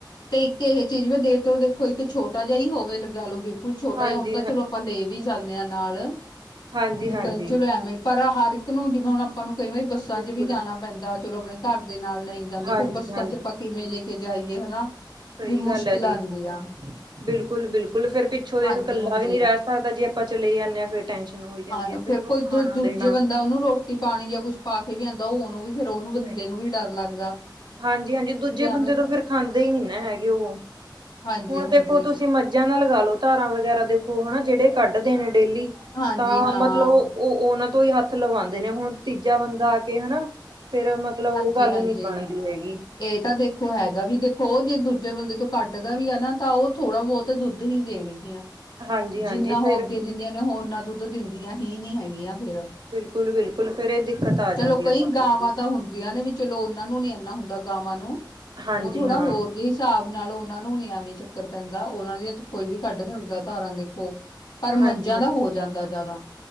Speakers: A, on the left; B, on the right.
A: ਤੇ ਇੱਕ ਇਹ ਚੀਜ਼ ਮ ਦੇਰ ਤੋਂ ਦੇਖੋ ਇੱਕ ਛੋਟਾ ਜਿਹਾ ਹੀ ਹੋਵੇੱ ਗੱਲ ਉਹ ਬਿਲਕੁਲ ਛੋਟਾ
B: ਹਾਂਜੀ
A: ਜਿਹਾ ਹੁਣ ਤਾਂ ਚਲੋ ਆਪਾਂ ਲੈ
B: ਹਾਂਜੀ
A: ਵੀ ਜਾਂਦੇ ਹਾਂ ਨਾਲ
B: ਹਾਂਜੀ
A: ਵੀ
B: ਹਾਂਜੀ
A: ਕ ਚਲੋ ਐਵੇਂ ਪਰ- ਹਰ ਇੱਕ ਨੂੰ ਜਿਵੇਂ ਹੁਣ- ਆਪਾਂ ਨੂੰ ਕਈ ਵਾਰੀ ਬੱਸਾਂ
B: ਬਿਲਕੁਲ
A: ਚ ਵੀ ਜਾਣਾ ਪੈਂਦਾ ਚਲੋ ਆਪਣੇ- ਘਰ ਦੇ ਨਾਲ ਨਹੀਂ ਜਾਂਦੇ
B: ਹਾਂਜੀ
A: ਫੇਰ ਬੱਸਾਂ
B: ਹਾਂਜੀ
A: ਚ ਆਪ ਕਿਵੇਂ ਲੇ- ਜਾਈਏ ਹਨਾ।
B: ਸਹੀ
A: ਵੀ ਮੁਸ਼ਕਿਲ
B: ਗੱਲ ਹੈ ਜੀ
A: ਆਉਂਦੀ ਆ
B: ਬਿਲਕੁਲ-ਬਿਲਕੁਲ ਫੇਿਰ ਪਿੱਛੋਂ ਦੇਖ
A: ਹਾਂਜੀ-ਹਾਂਜੀ
B: ਕੱਲਾ ਵੀ ਨਹੀਂ ਰਹਿ ਸਕਦਾ ਜੀ ਆਪਾਂ ਚਲੇ ਆ ਜਾਂਦੇ ਆ ਫਿਰ ਟੈਨਸ਼ਨ ਹੋਈ ਜਾਂਦੀ
A: ਹਾਂ
B: ਹੈ
A: ਫੇਰ
B: ਉਹਨੂੰ
A: ਕੋਈ
B: ਖਾਣਾ
A: ਦ ਦੂਜੇ
B: ਦੇਣਾ
A: ਬੰਦਾ ਉਹਨੂੰ ਰੋਟੀ ਪਾਣੀ ਜਾਂ ਕੁਛ ਪਾ ਕੇ ਵੀ ਆਂਦਾ- ਤਾਂ ਉਹਨੂੰ ਵੀ- ਫੇਰ ਉਹਨੂੰ ਬੰਦੇ
B: ਨਹੀਂ
A: ਨੂੰ ਵੀ ਡਰ ਲੱਗਦਾ
B: ਹਾਂਜੀ-ਹਾਂਜੀ ਦੂਜੇ
A: ਵੀ
B: ਬੰਦੇ
A: ਐਵੇਂ
B: ਤੋਂ ਫੇਰ ਖਾਂਦੇ ਹੀ ਨਹੀਂ ਨਾ ਹੈਗੇ ਉਹ,
A: ਹਾਂਜੀ-ਹਾਂਜੀ,
B: ਹੁਣ ਦੇਖੋ ਤੁਸੀਂ ਮੱਝਾਂ ਨਾਲ, ਲਗਾ ਲੋ ਧਾਰਾਂ ਵਗੈਰਾ ਦੇਖੋ ਹਨਾ ਜਿਹੜੇ ਕੱਢਦੇ ਨੇ, ਡੇਲੀ
A: ਹਾਂਜੀ
B: ਤਾਂ
A: ਹਾਂਜੀ ਹਾਂ,
B: ਮਤਲਬ ਉਹ ਉਹਨਾਂ, ਤੋਂ ਹੀ ਹੱਥ ਲਵਾਦੇ ਨੇ ਹੁਣ ਤੀਜਾ ਬੰਦਾ ਆ ਕੇ ਹਨਾ। ਫੇਰ ਮਤਲਬ ਉਹ
A: ਹਾਂਜੀ-ਹਾਂਜੀ
B: ਗੱਲ ਨੀ ਬਣਦੀ ਹੈਗੀ
A: ਇਹ ਤਾਂ ਦੇਖੋ ਹੈਗਾ ਵੀ ਦੇਖੋ ਉਹ ਜਿੱਦ ਦੂਜੇ ਬੰਦੇ ਤੋਂ ਕੱਢ ਦਾ ਵੀ ਆ ਨਾ ਤਾਂ ਉਹ ਥੋੜਾ ਬਹੁਤ ਦੁੱਧ ਹੀ ਦੇਣ ਗਈਆਂ।
B: ਹਾਂਜੀ-ਹਾਂਜੀ
A: ਜਿੰਨਾ ਹੋ
B: ਫੇਰ
A: ਅੱਗੇ ਦਿੰਦੀਆਂ ਨੇ ਨਾ ਦੁੱਧ ਦਿੰਦੀ। ਦੀਆਂ ਹੀ ਨੀ ਹੈਗੀਆਂ। ਫੇਰ।
B: ਬਿਲਕੁਲ-ਬਿਲਕੁਲ ਫੇਰ ਇਹ ਦਿੱਕਤ ਆ ਜਾਂਦੀ
A: ਚਲੋ ਕਈ
B: ਆ ਸਭ
A: ਗਾਵਾਂ
B: ਬੜੀ,
A: ਤਾਂ ਹੁੰਦੀਆਂ ਨੇ ਵੀ ਚਲੋ ਉਹਨਾਂ ਨੂੰ ਨੀ ਇੰਨਾ ਹੁੰਦਾ ਗਾਵਾਂ ਨੂੰ
B: ਹਾਂਜੀ
A: ਉਹ ਥੋੜਾ
B: ਹਾਂ
A: ਹੋਰ ਜੇ ਹਿਸਾਬ ਨਾਲ ਉਹਨਾ ਨੂੰ, ਵੀ ਚੱਕਰ ਪੈਂਦਾ ਉਹਨਾ ਦੀਆਂ ਕੋਈ ਵੀ ਕੱਢ ਸਕਦਾ ਤਾਰਾਂ ਦੇਖੋ। ਪਰ ਮੱਝਾਂ
B: ਹਾਂਜੀ ਹਾਂ
A: ਦਾ ਹੋ ਜਾਂਦਾ ਜਿਆਦਾ।